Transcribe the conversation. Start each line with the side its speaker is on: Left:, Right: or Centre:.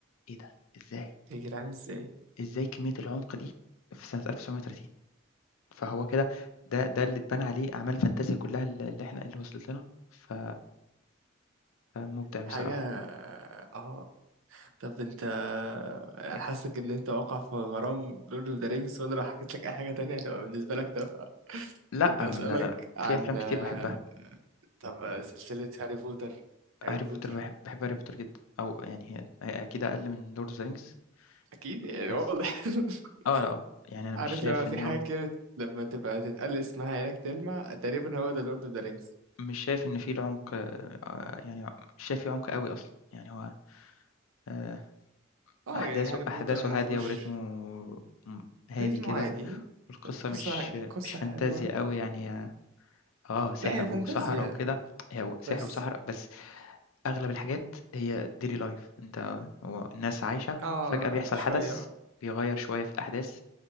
Left: إيه ده! إزاي!
Right: يا جدعان ازاي
Left: إزاي كمية العُمق دي في سنة 1930 فهو كده ده ده اللي اتبنى عليه أعمال فانتازيا كلّها ال اللي إحنا اللي وصلت لنا ف فمُبدع بصراحة.
Right: حاجة اه طب انت انا حاسك ان انت واقع في غرام لورد اوف ذا رينجز وانا لو حكيت لك اي حاجة تانية هتبقى بالنسبة لك تافهة <laughs>
Left: لأ،
Right: كنت هسألك
Left: آمم، لا، لا، لأ،
Right: عن
Left: في أفلام كتير
Right: آه،
Left: باحبها،
Right: طب سلسلة هاري بوتر هاري
Left: هاري بوتر
Right: بوتر
Left: باحب باحب هاري بوتر جدًا، أو يعني هي هي أكيد أقل من لورد of the rings
Right: اكيد يعني
Left: بس
Right: واضح <laughs>
Left: آه، آه، يعني أنا
Right: عارف
Left: مش شايف
Right: لما في
Left: إن
Right: حاجة
Left: هو
Right: كده لما تبقى تتقال اسمها عينك تلمع تقريبا هو ده لورد اوف ذا رينجز
Left: مش شايف إن في العمق آآ، يعني مش شايف في عمق أوي أصلًا، يعني هو آآ،
Right: اه
Left: أحداثه
Right: يعني هاري بوتر
Left: أحداثه
Right: ما فيهوش
Left: هادية ورتمه م هادي
Right: ريتمه
Left: كده،
Right: عادي
Left: والقصة
Right: قصة
Left: مش
Right: قصة
Left: مش فانتازيا
Right: حلوة
Left: أوي يعني آه، سحر
Right: لا هي
Left: وسحرة
Right: فانتازيا
Left: وكده، هو سحر
Right: بس
Left: وسحرة بس أغلب الحاجات هي daily life أنت هو الناس عايشة
Right: اه
Left: وفجأة بيحصل
Right: شوية
Left: حدث
Right: اه
Left: بيغيّر شوية في الأحداث،